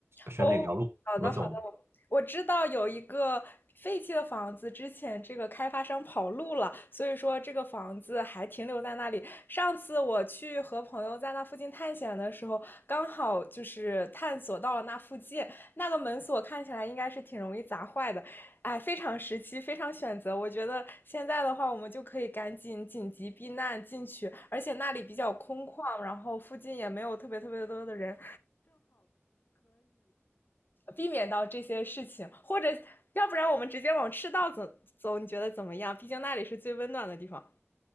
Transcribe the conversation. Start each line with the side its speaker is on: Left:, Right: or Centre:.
Right: 选哪条路？
Left: 哦，好的好的，
Right: 怎么走呢？
Left: 我我知道有一个废弃的房子，之前这个开发商跑路了，所以说这个房子还停留在那里。上次我去和朋友在那附近探险的时候，刚好就是探索到了那附近，那个门锁看起来应该是挺容易砸坏的，哎，非常时期，非常选择。我觉得现在的话，我们就可以赶紧紧急避难进去，而且那里比较空旷，然后附近也没有特别特别多的人。避免到这些事情，或者要不然我们直接往赤道走走，你觉得怎么样？毕竟那里是最温暖的地方。